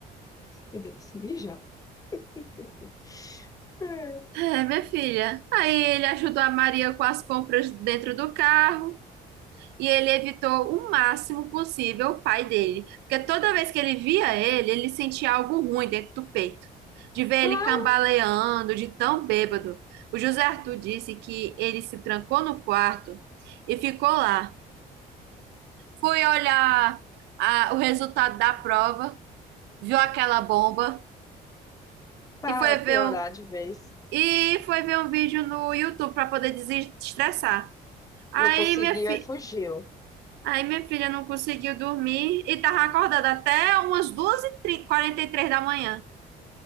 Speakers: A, on the left (about 20°); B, on the right (about 80°).
A: Eu devia ter se mijado. <laughs> É,
B: É, minha filha. Aí ele ajudou a Maria com as compras dentro do carro e ele evitou o máximo possível o pai dele. Porque toda vez que ele via ele, ele sentia algo ruim dentro do peito. De ver
A: Claro,
B: ele cambaleando, de tão bêbado. O José Arthur disse que ele se trancou no quarto e ficou lá Fui olhar a- o resultado da prova, viu aquela bomba
A: pra
B: e foi
A: piorar
B: ver um,
A: de vez.
B: e foi ver um vídeo no YouTube para poder desestressar. Aí
A: Não conseguiu,
B: minha fi,
A: aí fugiu.
B: aí minha filha não conseguiu dormir e tava acordada até umas duas e quarenta e três da manhã.